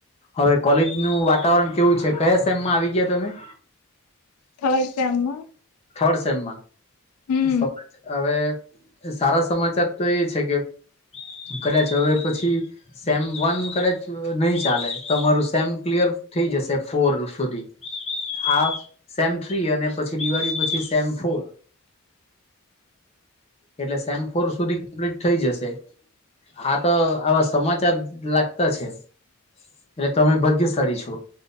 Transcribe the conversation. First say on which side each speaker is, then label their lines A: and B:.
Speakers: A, on the left (about 25°); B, on the left (about 80°).
A: અવે કોલેજનું વાતાવરણ કેવું છે? કયા સેમમાં આવી ગયા તમે?
B: થર્ડ સેમમાં
A: થર્ડ સેમમાં
B: હમ
A: <unintelligible> અવે સારા સમાચાર તો એ છે કે કદાચ અવે પછી સેમ વન કદાચ નઈ ચાલે તમારું સેમ ક્લિયર થઈ જશે ફોર સુધી આ સેમ થ્રી અને પછી દિવાળી પછી શેમ ફો એટલે સેમ ફોર સુધી ક્પ્લીટ થઈ જશે, હા તો આવા સમાચાર લાગતા છે. એટલે તમે ભગ્યશાળી છો.